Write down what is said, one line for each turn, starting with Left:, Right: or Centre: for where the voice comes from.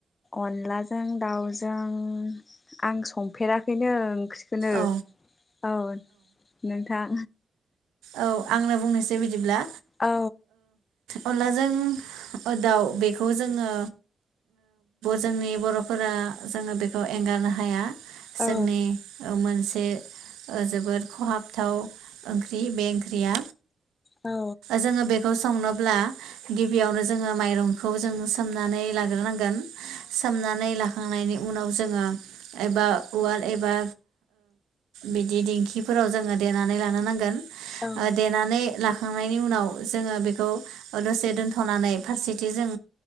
Left: अनलाजों जों दाउजों आं संफेराखैनो ओंख्रिखौनो
Right: औ
Left: औ नोंथां
Right: औ आंना बुंनोसै बिदिब्ला
Left: औ
Right: अनलाजों दाउ बेखौ जोङो जोंनि बर'फोरा जोङो बेखौ एंगारनो हाया जोंनि
Left: औ
Right: ओ मोनसे जोबोद खहाबथाव ओंख्रि ओंख्रि बे ओंख्रिया
Left: औ
Right: जोङो बे खौ संनोब्ला गिबियावनो जोङो माइरंखौ जों सोमनानै लाग्रोथारनांगोन। सामनानै ला खांनायनि उनाव जोङो एबा उवाल एबा बिदि दिंखिफोराव जोङो देनानै लानो नांगोन।
Left: औ
Right: देनानै ला खांनायनि उनाव जोङो बेखौ दसे दोनथ'नानै फारसेथिं जों